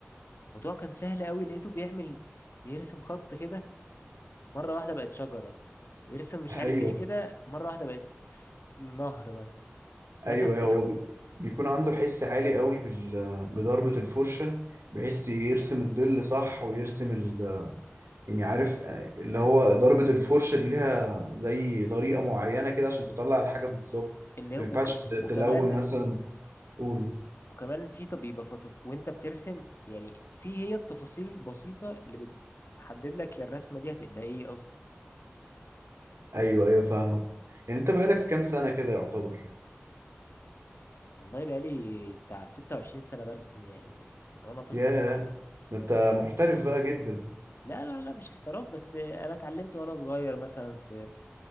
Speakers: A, on the left (about 65°); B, on the right (about 85°).
A: الموضوع كان سهل قوي لقيته بيعمل بيرسم خط كده مرة واحدة بقت شجرة يرسم مش
B: <laughs>
A: عارف
B: ايوه
A: ايه كده مرة واحدة بقت نهر مثلا
B: ايوه
A: رسم
B: ايوه
A: ايه
B: هو بي- بيكون عنده حس عالي قوي بال- بضربة الفرشة بحيث يرسم الظل صح ويرسم ال... يعني عارف آه، اللي هو ضربة الفرشة دي ليها زي طريقة معينة كده عشان تطلع الحاجة بالظبط
A: اللي
B: ما
A: هو
B: ينفعش
A: وك...
B: ت-
A: وكمان
B: تلون مثلا قول
A: وكمان في طب يبقى فطف وانت بترسم يعني في هي التفاصيل البسيطة اللي بتحدد لك يا الرسمة دي هتبقى ايه اصلا
B: ايوه ايوه فاهمك يعني انت بقالك كام سنة كده يعتبر
A: والله بقى لي بتاع 26 سنة برسم يعني من وانا طفل
B: ياه ده انت محترف بقى جدا
A: لا لا لا مش احتراف بس انا اتعلمت وانا صغير مثلا في